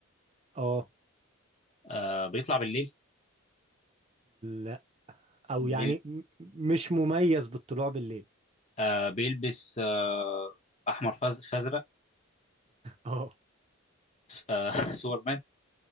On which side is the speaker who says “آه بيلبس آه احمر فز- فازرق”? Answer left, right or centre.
Left